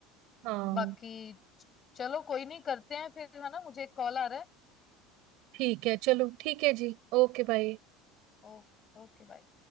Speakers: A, on the right; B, on the left.
A: हाँ
B: बाकी चलो कोई नहीं करते हैं फिर है ना मुझे एक कॉल आ रहा है
A: ठीक है चलो ठीक है जी ओके बाय
B: Oh, okay bye